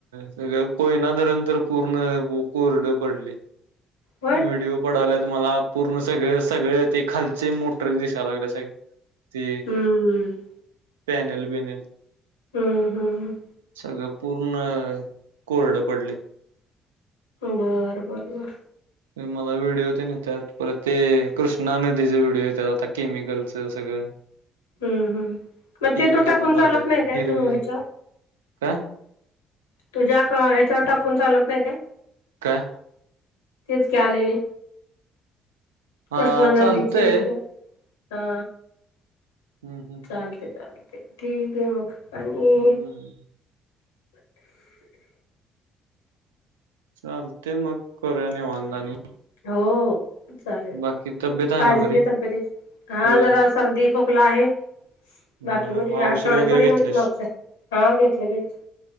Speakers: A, on the right; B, on the left.
A: सगळ कोयना धरण तर पूर्ण कोरड पडलय.
B: होय
A: व्हिडिओ पडाला तुम्हाला पूर्ण सगळे सगळे ते खालचे मोटर दिसायला लागले सगळे. ते
B: हम्म
A: पॅनल वेनल.
B: हम्म हम्म ह
A: सगळं पूर्ण कोरड पडली
B: बरं बरं बरं
A: ते मला व्हिडिओ ते नेतात परत ते कृष्णा नदीचे व्हिडिओ येतात आता केमिकलचं सगळं <unintelligible>
B: हम् हम्म मग
A: केमिकल
B: ते तू टाकून
A: न भरले
B: चालत नाही काय
A: हिरवी
B: तू ह्याच्या
A: काय
B: तुझ्या ह्याच्यावर टाकून चालत नाही काय
A: काय
B: हेच की आलेले
A: हा
B: कृष्णा
A: चालतंय
B: नदीचे हा
A: हम्म हम्म
B: चालते चालते ठीक आहे, मग आणि
A: हम्म हम्म. चाल ते मग करूया नी वांधा नाही
B: हो चालेल
A: बाकी तब्येत आहे
B: काळजी
A: ना बरी
B: घे तब्यतीची, हा
A: होय
B: जरा सर्दी खोकला आहे,
A: बरं
B: बाकी बरी
A: मग औषध
B: आठवड्यात
A: वगैरे
B: बरी नव्हती,
A: घेतलेस
B: मागच हा घेतलं घेतलं